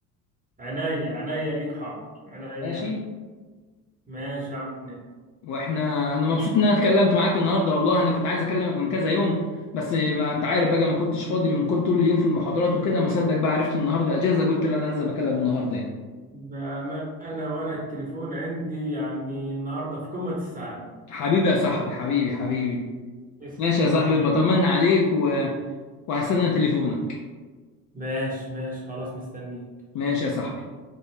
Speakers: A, on the right; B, on the left.
A: عينيا عينيا ليك حاضر عينيا
B: ماشي
A: ماشي يا عم ناس.
B: واحنا انا مبسوط ان انا اتكلمت معاك النهارده والله انا كنت عايز اكلمك من كذا يوم بس ما انت عارف بقى ما كنتش فاضي من كل طول اليوم في المحاضرات وكده ما صدق بقى عرفت النهارده اجازه قلت لا انا لازم اكلم النهارده يعني
A: بأمانة وانا التليفون عندي يعني النهارده في قمة السعادة
B: حبيبي يا صاحبي حبيبي حبيبي
A: تسلم
B: ماشي يا صاحبي
A: يا الغالي
B: بطمن عليك و... وهستنى تليفونك
A: ماشي ماشي خلاص مستنيك
B: ماشي يا صاحبي